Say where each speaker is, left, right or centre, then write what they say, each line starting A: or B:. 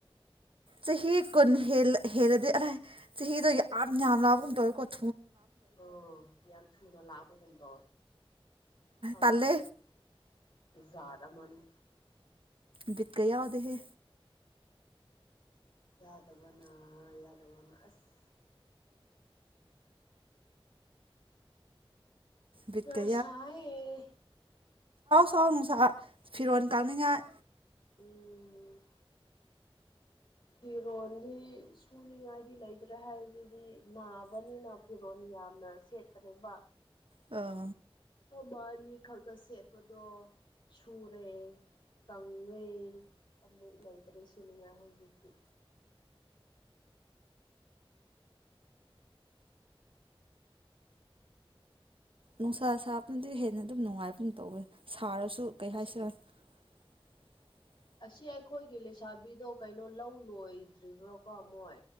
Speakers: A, on the right; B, on the left.
A: ꯆꯍꯤ ꯀꯨꯟ ꯍꯦꯜꯂꯗꯤ ꯑꯔꯥꯏ ꯆꯍꯤꯗꯣ ꯌꯥꯝ ꯌꯥꯝ ꯂꯕꯒ ꯇꯧꯋꯦꯀꯣꯠ
B: ꯎꯝ ꯌꯥꯝ ꯊꯨꯅ ꯂꯥꯛꯕꯒꯨꯝꯗꯣ ꯈꯝꯅꯦꯖꯥꯔ
A: ꯇꯜꯂꯦ
B: ꯃꯅꯤꯅꯤ
A: ꯕꯤꯀ ꯌꯥ ꯑꯣꯗꯍꯦ
B: ꯌꯥꯗꯕꯅꯥ ꯌꯥꯎꯗꯕꯅ ꯑꯁ
A: ꯕꯤꯠꯀ
B: ꯇꯁꯌꯦ
A: ꯑꯁꯥꯎ ꯅꯨꯡꯁꯥ ꯐꯤꯔꯣꯟꯜ ꯀꯥꯅꯤꯡꯉꯥꯏ
B: ꯎꯝ ꯐꯤꯔꯣꯗꯤ ꯁꯨꯅꯤꯉꯥꯏꯗꯤ ꯂꯩꯇ꯭ꯔꯦ ꯍꯥꯏꯕꯗꯤ ꯅꯥꯕꯅꯤꯅ ꯐꯤꯔꯣꯜ ꯌꯥꯝꯅ ꯁꯦꯠꯇꯕ
A: ꯑ
B: ꯃꯕꯥ ꯑꯅꯤ ꯈꯛꯇ ꯁꯦꯠꯄꯗꯣ ꯁꯨꯔꯦ ꯇꯪꯉꯩ ꯑꯃꯨꯛ ꯂꯩꯇ꯭ꯔꯦꯁꯨꯨꯅꯤꯉꯥꯏ ꯍꯧꯖꯤꯛꯇꯤ
A: ꯅꯨꯡꯁꯥ ꯁꯥꯕꯅꯗꯤ ꯍꯦꯟꯅ ꯑꯗꯨꯝ ꯅꯨꯡꯉꯥꯏꯕꯨꯝ ꯇꯧꯋꯦ ꯁꯥꯔꯁꯨ ꯀꯩ ꯍꯥꯏꯁꯤꯔ
B: ꯑꯁ
A: <inaudible>
B: ꯑꯁꯤ ꯑꯩꯈꯣꯏꯒꯤ ꯂꯩꯁꯥꯕꯤꯗꯣ ꯀꯩꯅꯣ ꯂꯧ ꯂꯣꯏꯗ꯭ꯔꯤꯕ꯭ꯔꯣꯀꯣ ꯃꯣꯏ